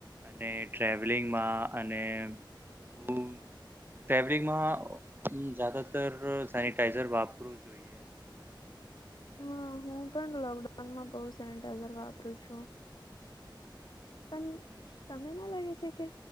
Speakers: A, on the right; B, on the left.
A: અને ટ્રાવલિંગમાં અને બ ફેબ્રિક માં જદાતર સેનિટાઈઝર વાપરવું જોઈએ
B: હા હું પણ લોકડાઉનમાં બઉ સેનટાઈઝર વાપરું છું પણ
A: હમ
B: તને ના લાગે છે કે